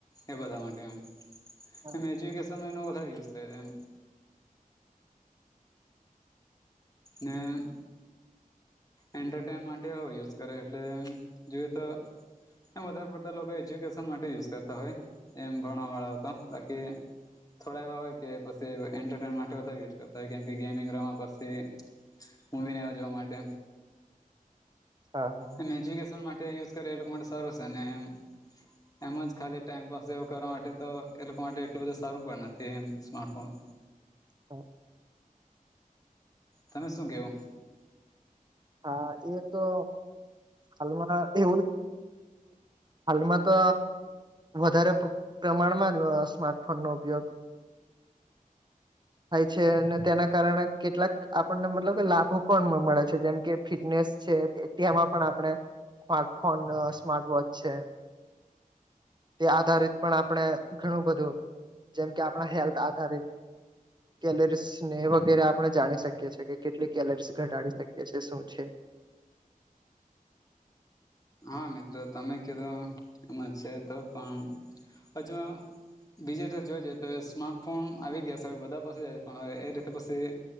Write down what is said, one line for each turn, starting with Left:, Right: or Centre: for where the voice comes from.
Left: એ બધા માટે એમ
Right: હા
Left: એમ એજ્યુકેશનમાં એનો વધ યુઝ થાય એમ ને એન્ટરટેન માટે હો યુઝ કરે એટલે જોઈએ તો એમ વધારે પડતા લોકો એજ્યુકેશન માટે યુઝ કરતા હોય એમ ભણવા વાળો તો બાકી થોડા એવા હોય કે પછી એન્ટરટેનમેન્ટ વધ યુઝ કરતા હોય કેમ કે ગેમિંગ રમવા પછી મુવીને જોવા માટે,
Right: હા.
Left: એમ એજ્યુકેશન માટે યુઝ કરે એ લોકો માટે સારું છે ને એવું, એવું જ ખાલી ટાઈમપાસ કરવા માટે તો એ લોકો માટે એટલું બધું સારું પણ નથી એવું સ્માર્ટફોન.
Right: હા.
Left: તમે શું કેવું,
Right: હા એ તો હાલમાં એવું જ, હાલમાં તો, વધારે પ્રમાણમાં જ સ્માર્ટફોનનો ઉપયોગ,
Left: <inaudible>
Right: થાય છે અને તેના કારણે કેટલાક આપણને મતલબ કે લાભો પણ મળે છે જેમ, કે ફિટનેસ છે તેમાં પણ આપણે સ્માર્ટ ફોન સ્માર્ટ વોચ છે. તે આધારિત પણ આપણે ઘણું બધું, જેમ કે આપણા હેલ્થ આધારિત, કેલરીસ ને વગેરે આપણે જાણી શકીએ છીએ કેટલી કેલરીઝ ઘટાડી શકીએ છીએ, શું છે?
Left: હા મિત્રો તમે કહ્યું એમાં છે તો પણ હજુ, બીજી રીતે જોવા જઈ તો સ્માર્ટ ફોન આવી ગયા છે બધા પાસે જાય પણ હવે એ રીતે પછી,